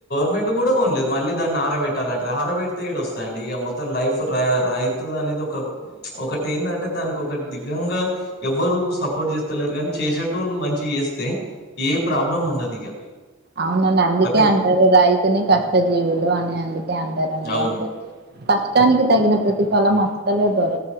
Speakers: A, on the left (about 50°); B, on the right (about 50°).
A: మెంట్ కూడా కొనలేదు మళ్ళీ దాన్ని ఆరబెట్టాలంట ఆరబెడితే ఏడోస్తాదండి ఇగ మొతం లైఫ్ రై రైతు దా ఒక ఒకటి ఏందంటే దానికి ఒక దిగ్గంగా ఎవ్వరు సపోర్ట్ చేస్తలేరు కానీ చేసే టోళ్ళు మంచిగ చేస్తే ఏ ప్రాబ్లం ఉండదు ఇగ
B: అవునండి అందుకే
A: ప్రతి
B: అంటారు రైతుని కష్ట జీవులు అని అందుకే అంటారండి
A: అవును
B: కష్టానికి తగిన ప్రతిఫలం అసలే దొర